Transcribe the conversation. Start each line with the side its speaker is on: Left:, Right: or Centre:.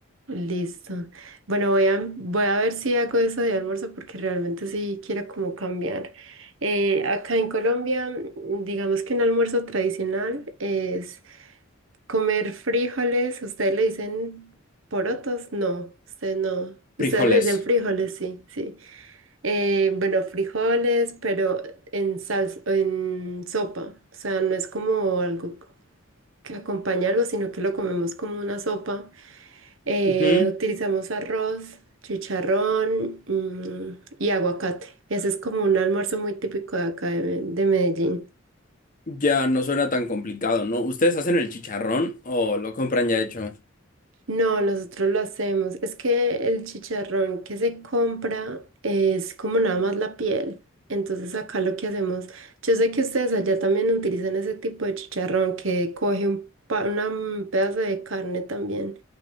Right: Listo. Bueno, voy a, voy a ver si hago eso de almuerzo porque realmente sí quiero como cambiar. Eh, acá en Colombia, mm, digamos que un almuerzo tradicional es comer frijoles. Ustedes le dicen porotos, no, ustedes no. Ustedes
Left: Frijoles.
Right: le dicen frijoles, sí, sí. Eh, bueno, frijoles, pero en salsa, en sopa. O sea, no es como algo que acompaña algo, sino que lo comemos como una sopa. Eh,
Left: Ujú.
Right: utilizamos arroz, chicharrón, mm, y aguacate. Ese es como un almuerzo muy típico de acá de, de Medellín.
Left: Ya no suena tan complicado, ¿no? ¿Ustedes hacen el chicharrón o lo compran ya hecho?
Right: No, nosotros lo hacemos. Es que el chicharrón que se compra es como nada más la piel. Entonces acá lo que hacemos, yo sé que ustedes allá también utilizan ese tipo de chicharrón que coge un pa- una, mm, pedazo de carne también.